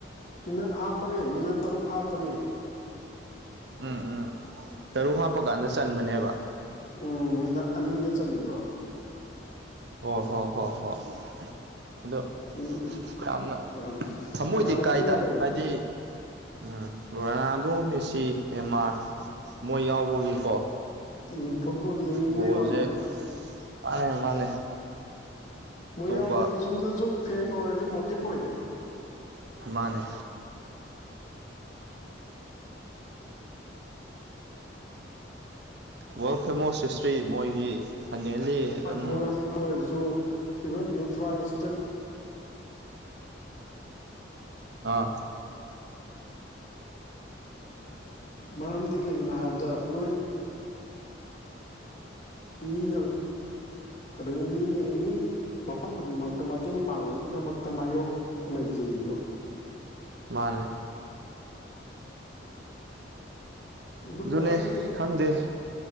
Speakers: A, on the left; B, on the right.
A: ꯃꯤꯅꯠ ꯍꯥꯞꯄꯅꯦ ꯃꯤꯅꯠ ꯇꯔꯨꯛ ꯍꯥꯞꯄꯅꯦ
B: ꯎꯝ ꯎꯝ ꯇꯔꯨꯛ ꯍꯥꯞꯄ ꯀꯥꯟꯗ ꯆꯟꯕꯅꯦꯕ
A: ꯎꯝ ꯃꯤꯅꯠ ꯑꯅꯤꯗ ꯆꯟꯈꯤꯕ
B: ꯑꯣ ꯍꯣꯏ ꯍꯣꯏ ꯍꯣꯏ ꯑꯗꯣ
A: ꯑꯗꯨ
B: ꯌꯥꯝꯅ
A: ꯌꯥꯝ
B: ꯊꯝꯃꯣꯏꯗꯤ
A: ꯌꯥꯝꯅ
B: ꯀꯥꯏꯗ
A: ꯄꯦꯟꯗꯦ ꯍꯥꯏꯕ
B: ꯍꯥꯏꯗꯤ ꯎꯝ ꯔꯣꯅꯥꯜꯗꯣ ꯃꯦꯁꯤ ꯅꯦꯃꯥꯔ ꯃꯣꯏ ꯌꯥꯎꯕꯒꯤꯀꯣ
A: ꯎꯝ ꯐꯨꯠꯕꯣꯜ ꯌꯦꯡꯅꯤꯡꯕꯩ
B: ꯕꯣꯜꯁꯦ
A: ꯋꯥꯅꯦ ꯍꯥꯏꯕꯣ
B: ꯃꯥꯅꯦ ꯃꯥꯅꯦ
A: ꯃꯣꯏ
B: ꯑꯇꯣꯞꯄ
A: ꯌꯥꯎꯕꯒꯤ ꯆꯨꯝꯅ ꯁꯨꯝ ꯐꯦꯟ ꯑꯣꯏꯔꯁꯨ ꯃꯣꯇꯤꯚ ꯑꯣꯏꯗꯅ
B: ꯃꯥꯅꯦ
A: ꯑ
B: ꯋꯥꯔꯜ ꯐꯦꯃꯣꯁ ꯍꯤꯁꯇ꯭ꯔꯤ ꯃꯣꯏꯒꯤ ꯐꯥꯏꯅꯦꯜꯂꯤ ꯑꯗꯨꯝ
A: ꯭ꯋꯥꯏ ꯕꯖꯤꯛ ꯀ ꯑꯣꯏꯔꯁꯨ ꯏꯚꯟ ꯏꯟꯐ꯭ꯔꯥꯇꯛ
B: ꯑꯥ
A: ꯃꯔꯝꯗꯤ ꯀꯩꯒꯤꯅꯣ ꯍꯥꯏꯕꯗ ꯅꯣꯏ ꯃꯤꯅ ꯔꯦꯃꯤꯅ ꯑꯦꯅꯤ ꯃꯐꯝ ꯈꯨꯗꯤꯡꯃꯛꯇ ꯃꯇꯦꯡ ꯄꯥꯡꯕꯒꯤꯗꯃꯛꯇ ꯃꯥꯌꯣꯛ ꯂꯩꯖꯩꯌꯦꯕ
B: ꯃꯥꯅꯦ
A: ꯑꯗꯨꯕꯨ
B: ꯑꯗꯨꯨꯅꯦ
A: ꯑꯩꯗꯤ
B: ꯍꯪꯗꯦ